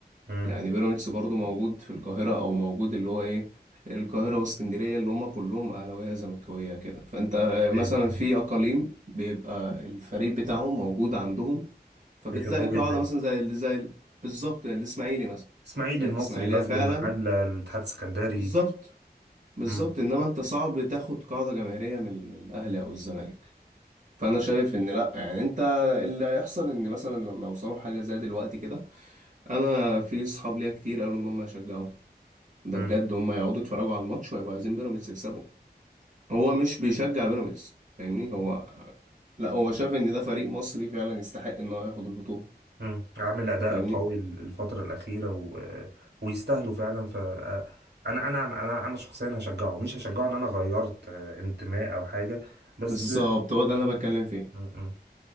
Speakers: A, on the right; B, on the right.
A: امم
B: يعني بيراميدز برضو موجود في القاهرة أو موجود اللي هو إيه القاهرة واسكندرية اللي هما كلهم أهلاوية زملكاوية كده فأنت
A: ايوه
B: مثلا
A: فاهم
B: في أقاليم بيبقى الفريق بتاعهم موجود عندهم فبتلاقي
A: بيحبوه
B: قاعدة
A: جدا
B: مثلا زي ال- زي ال- بالظبط يعني الإسماعيلي مثلا
A: اسماعيلي
B: تلاقي
A: المصري
B: في إسماعيلية
A: غزل
B: فعلا
A: المحله الاتحاد السكندري
B: بالظبط بالظبط
A: امم
B: إنما أنت صعب تاخد قاعدة جماهيرية من من الأهلي أو الزمالك فأنا شايف إن لأ يعني أنت اللي هيحصل إن مثلا لما يوصلوا حاجة زي دلوقتي كده أنا في صحاب ليا كتير قالوا إن هم يشجعوا ده
A: امم
B: بجد هم يقعدوا يتفرجوا على الماتش ويبقوا عايزين بيراميدز يكسبوا هو مش بيشجع بيراميدز فاهمني هو لا هو شاف ان ده فريق مصري فعلا يستحق ان هو ياخد البطولة
A: مم. عامل اداء
B: فاهمني
A: قوي الفتره الاخيره و... ويستاهلوا فعلا ف انا انا انا انا شخصيا هشجعه مش هشجعه ان انا غيرت آه، انتماء او حاجه بس
B: بالظبط هو ده اللي انا بتكلم فيه
A: مم. مم.